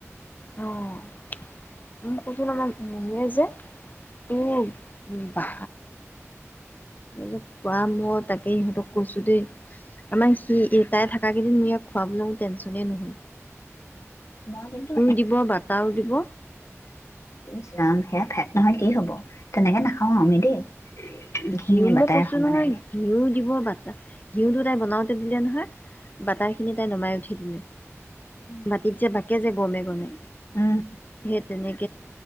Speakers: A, on the left (about 35°); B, on the left (about 65°).
A: অ', মই কৈছো ন মমে যে, তোৰ ভা যে, খোৱা মই তাকে ইহঁতক কৈছো দেই আমাৰ সি এই তাই থাকা কিদিন মোৰ ইয়াক খুৱাবলৈ মোৰ টেনচনে নহ'ল
B: মই কিন্তু
A: দিব, বাটাও দিব <unintelligible>
B: এই চাম সেয়া ফেট নহয় কি হব তেনেকে নাখাও আমি দেই ঘি
A: ঘিউ
B: বাটাৰে
A: মই কৈছো
B: সমানে
A: নহয় ঘিউ দিব বাটটা ঘিউটো তে বনাওঁতে দিলে নহয় বাটাৰ খিনি তাই নমাই উঠি খি দিলে
B: উম
A: ভতিজে ব <inaudible> কে যে গমে গমে
B: উম
A: সেই তে নে দিলে